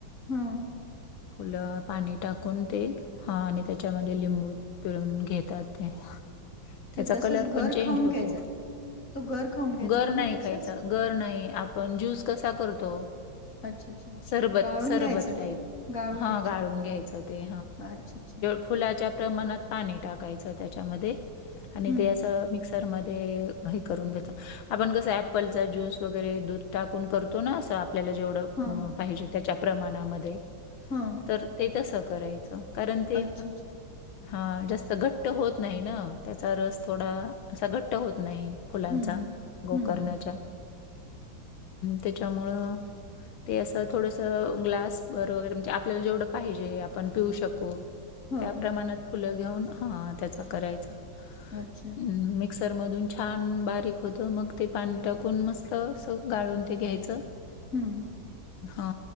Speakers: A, on the left (about 45°); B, on the left (about 85°).
A: हम्म!
B: फुलं पाणी टाकून ते हा आणि त्याच्यामध्ये लिंबू पिळून घेतात ते.
A: ते
B: त्याचा
A: तसच
B: कलर
A: गर
B: पण चेंज
A: खाऊन
B: होतो.
A: ख्यायचं तो गर खाऊन घ्यायचा
B: गर
A: का
B: नाही
A: मग तसाच?
B: खायचा गर नाही आपण ज्यूस कसा करतो!
A: अच्छा अच्छा
B: सबत
A: गाळून
B: सरबत
A: घ्यायचं
B: टाईप
A: ते गाळून
B: हा
A: घ्यायचं
B: गाळून घ्यायचं ते.
A: अच्छा अच्छा
B: फुलाच्या प्रमाणात पाणी टाकायचं त्याच्यामध्ये आणि
A: हम्म.
B: ते अस मिक्स क्सरमध्ये करून घ्या आपन कस एप्पल चा ज्यूस दूध टाकून करतो ना आस आपल्याला जेवढं
A: हा
B: पाहिजे त्याच्या प्रमाणामध्ये
A: हा
B: तर ते तसं करायच. कारण ते
A: अच्छा अच्छा
B: हा जास्त घट्ट होत नाही ना त्याचा रस थोडा असा घट्ट होत नाही. फुलांचा,
A: हम्म हम्म.
B: गोकर्णाच्या
A: हम्म हम्म
B: त्याच्यामुळं ते असं थोडसं ग्लास वर वगैरे म्हणजे आपल्याला जेवढं पाहिजे आपण पिऊ शकू
A: हो
B: त्या प्रमाणात फुलं घेऊन हा त्याचा करायचा.
A: अच्छा!
B: हम्म मिक्सर मधून छान बारीक होत मग ते पाणी टाकून मस्त अस गाळून ते घ्यायचं.
A: हम्म.
B: हा